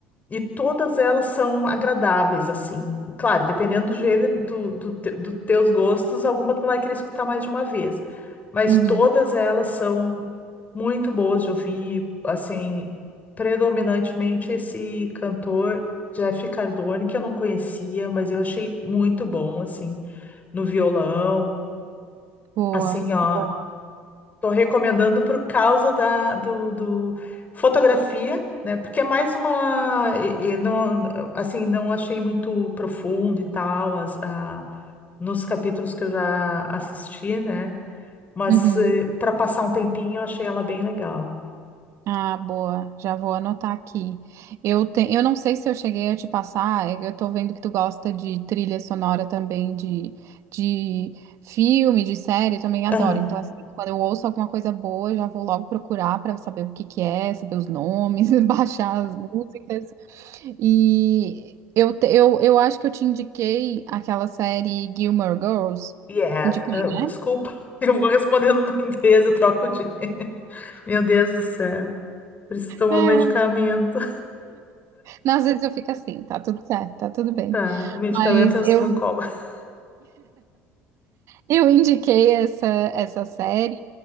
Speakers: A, on the left; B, on the right.
A: E todas elas são agradáveis, assim. Claro, dependendo do gênero, do, do, te- do teus gostos, alguma tu vai querer escutar mais de uma vez. Mas
B: uhum.
A: todas elas são muito boas de ouvir, assim, predominantemente esse cantor Jeff Cardone, que eu não conhecia, mas eu achei muito bom, assim, no violão.
B: Boa,
A: Assim, ó.
B: boa.
A: Estou recomendando por causa da do, do- fotografia, né? Porque é mais uma e- e não assim não achei muito profundo e tal as, a, nos capítulos que eu já assisti, né? Mas
B: Uhum.
A: para passar um tempinho eu achei ela bem legal.
B: Ah, boa. Já vou anotar aqui. Eu, te... eu não sei se eu cheguei a te passar, é que eu tô vendo que tu gosta de trilha sonora também, de, de filme, de série, eu também adoro.
A: Aham.
B: Então, assim, quando eu ouço alguma coisa boa, eu já vou logo procurar pra saber o que que é, saber os nomes, <laughs> baixar as músicas. E eu, te- eu, eu acho que eu te indiquei aquela série Gilmore Girls.
A: Yes.
B: Indiquei,
A: Ah,
B: né?
A: desculpa, <laughs> eu vou respondendo no inglês, eu troco de. <laughs> Meu Deus do céu, preciso tomar
B: É.
A: um medicamento.
B: Não, às vezes eu fico assim, tá tudo certo, tá tudo bem.
A: Tá, o medicamento
B: Mas
A: é o Simancol.
B: eu
A: <laughs>
B: Eu indiquei essa, essa série,